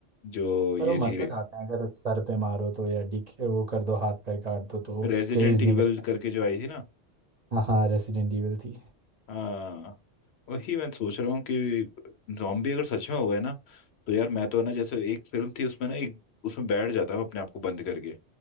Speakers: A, on the left (about 65°); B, on the right (about 40°).
A: जो ये
B: पर वो मरता
A: थी
B: जाता है अगर सर पे मारो तो या डिक वो कर दो हाथ पैर काट दो तो
A: रेजिडेंट
B: चेज नहीं
A: इविल करके जो आई थी ना
B: करता हाँ रेसिडेंट इविल थी
A: हाँ वही मैं सोच रहा हूँ कि जॉम्बी अगर सच में हो गए ना तो यार मैं तो ना जैसे एक फिल्म थी उसमें ना एक उसमें बैठ जाता है अपने आप को बंद करके